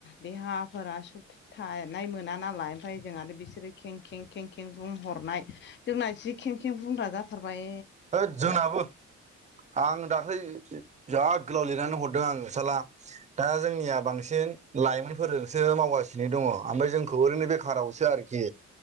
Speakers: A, on the left (about 40°); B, on the right (about 25°).
A: देहाफोरा सख थानाय मोना नालाय ओमफफ्राय जोंह आरो बिसोरो खें खें खें खें बुं हरनाय जोंना जि खें खें बुंग्रा जाथारबाय।
B: होद जोंनाबो। आं दाख्लै जाहा गोलाव लिरनानै हरदों आं नसाला दा जोंनिया बांसिन बांसिन लाइमोनफोरजोंसो मावगासिनो दङ ओमफ्राय जोंखौ ओरैनो बेखारावसो आरोखि।